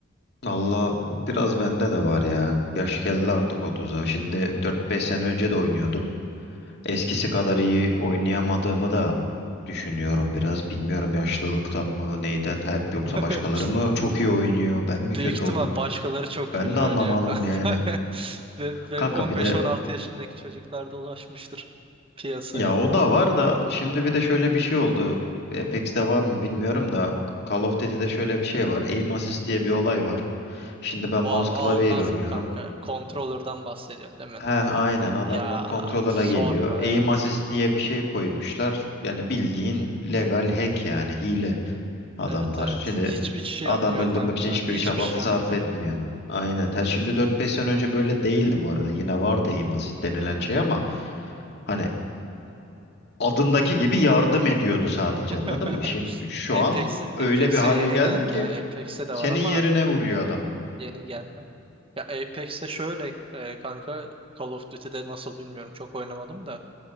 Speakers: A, on the left; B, on the right.
A: Valla o biraz bende de var ya. Yaş geldi artık otuza Şimdi dört beş sene önce de oynuyordum. Eskisi kadar iyi oynayamadığımı da düşünüyorum biraz. Bilmiyorum yaşlılıktan mı neyden hep yoksa
B: <laughs>
A: başkaları mı çok iyi oynuyor. Ben mi
B: Büyük
A: kötü
B: ihtimal
A: oldum?
B: başkaları çok
A: Ben
B: iyi
A: de anlamadım
B: oynuyor kanka.
A: yani.
B: <laughs> Ve, ve
A: Kanka
B: on
A: bir
B: beş
A: de
B: on altı yaşındaki çocuklar da ulaşmıştır piyasaya.
A: Ya o da var da şimdi bir de şöyle bir şey oldu. Apex'te var mı bilmiyorum da Call of Duty'de şöyle bir şey var. Aim assist diye bir olay var. Şimdi ben
B: Va
A: mouse
B: almaz
A: klavyeyle oynuyorum.
B: mı kanka? Controller'dan bahsediyorsun değil mi?
A: He aynen adamlar
B: Ya
A: kontrola
B: sorma
A: geliyor. Aim
B: ya.
A: assist diye bir şey koymuşlar. Yani bildiğin legal hack yani hile adamlar.
B: Evet evet.
A: Şimdi
B: Hiçbir şey
A: adam
B: yapmıyor
A: öldürmek
B: kanka.
A: için hiçbir
B: Hiçbir
A: çaba
B: şey
A: sarf
B: yapmıyor.
A: etmiyor. Aynen. Ha, şimdi dört beş sene önce böyle değildi bu arada. Yine vardı aim assist denilen şey ama hani adındaki gibi yardım ediyordu sadece
B: <laughs>
A: anladın mı? Şimdi şu
B: Apex,
A: an öyle
B: Apex'e
A: bir hale
B: yeni
A: geldi
B: geldi
A: ki
B: ya. Apex'e de
A: senin
B: var ama
A: yerine vuruyor adamı.
B: yeni geldi. Ya Apex'e şöyle e, kanka Call of Duty'de nasıl bilmiyorum çok oynamadım da.